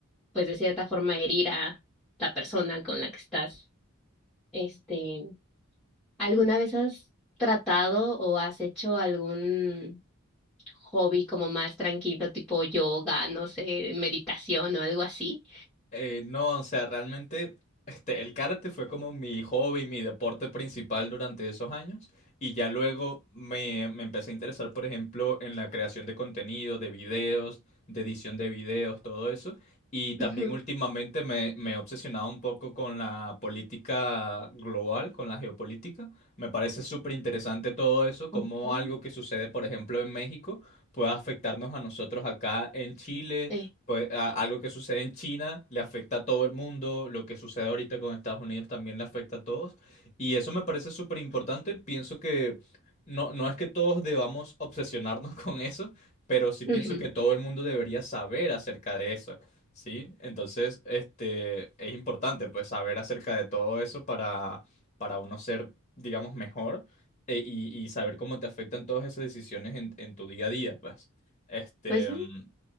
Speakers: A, in the centre; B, on the left (about 30°).
A: pues de cierta forma herir a la persona con la que estás, este. ¿Alguna vez has tratado o has hecho algún hobby como más tranquilo, tipo yoga, no sé, meditación o algo así?
B: Eh, no, o sea, realmente este, el karate fue como mi hobby, mi deporte principal durante esos años y ya luego me, me empecé a interesar, por ejemplo, en la creación de contenido, de videos, de edición de videos, todo eso. Y también
A: Ujú,
B: últimamente me, me he obsesionado un poco con la política global, con la geopolítica. Me parece súper interesante todo eso,
A: ok.
B: cómo algo que sucede, por ejemplo, en México puede afectarnos a nosotros acá en Chile
A: Eh,
B: pues a- algo que sucede en China le afecta a todo el mundo, lo que sucede ahorita con Estados Unidos también le afecta a todos. Y eso me parece súper importante. Pienso que no, no es que todos debamos obsesionarnos <laughs> con eso, pero sí pienso
A: ujú,
B: que todo el mundo debería saber acerca de eso, ¿sí? Entonces, este, es importante pues saber acerca de todo eso para, para uno ser, digamos, mejor e- y, y saber cómo te afectan todas esas decisiones en, en tu día a día, pues. Este...
A: Pues sí,
B: mm,